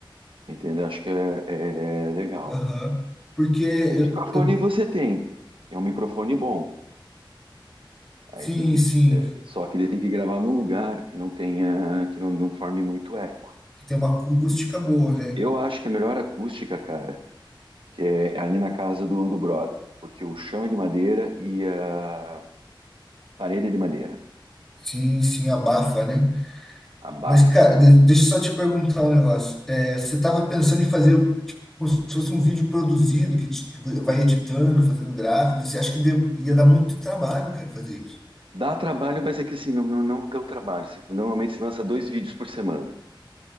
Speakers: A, on the right; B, in the centre.
A: Entendeu? Acho que é, é é legal.
B: Aham. Porque eu,
A: O microfone
B: eu-
A: você tem. É um microfone bom. Aí
B: sim,
A: tem que,
B: sim,
A: é, só que ele tem que gravar num lugar que não tenha, que não, não forme muito eco.
B: que tem uma acústica boa, né?
A: Eu acho que a melhor acústica, cara, que é é ali na casa do, do brother, porque o chão é de madeira e a parede é de madeira,
B: Sim, sim, abafa, né?
A: abafa.
B: Mas, cara, de- deixa eu só te perguntar um negócio. É, você estava pensando em fazer tipo, como se fosse um vídeo produzido que te- que vai editando, fazendo gráficos. Você acha que de- ia dar muito trabalho, cara, fazer isso?
A: Dá trabalho, mas é que assim, não, não, não tão trabalho. Você, normalmente se lança dois vídeos por semana,